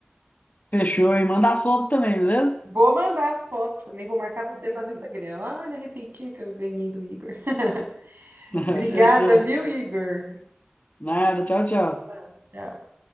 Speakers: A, on the left; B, on the right.
A: Fechou, e manda as fotos também, beleza?
B: Vou mandar as fotos também, vou marcar você lá no Instagram. Olha a receitinha que eu ganhei do Igor. <laughs>
A: <laughs>
B: Obrigada,
A: Fechou.
B: viu, Igor?
A: Nada, tchau, tchau.
B: Um abraço. Tchau.